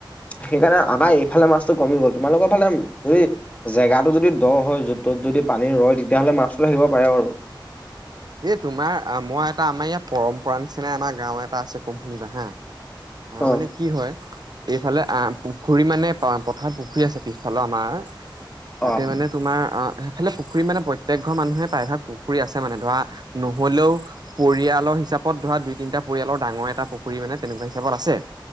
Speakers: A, on the left; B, on the right.
A: সেইকাৰণে আমাৰ এইফালে মাছটো কমি গ'ল। তোমালোকৰ ফালে যদি জেগাটো যদি দ হয় য'ত তত যদি পানী ৰয় তেতিয়াহ'লে মাছটো আহিব পাৰে আৰু।
B: এই তোমাৰ মই এটা আমাৰ ইয়াত পৰম্পৰা নিচিননাাই আমাৰ গাঁও এটা আছে কম শুনিবা হা। আহ,
A: অ
B: মানে কি হয়? এইফালে আহ পুখুৰী মানে পথাৰত পুখুৰী আছে পিছফালে আমাৰ, তাতে
A: অ'।
B: মানে তোমাৰ অ সেইফালে পুখুৰী মানে প্ৰত্যেক ঘৰ মানুহে প্ৰায়ভাগ পুখুৰী আছে। মানে ধৰা হলেও পৰিয়ালৰ হিচাপত ধৰা দুই তিনিটা পৰিয়ালৰ ডাঙৰ এটা পুখুৰী মানে তেনেকুৱা হিচাপত আছে।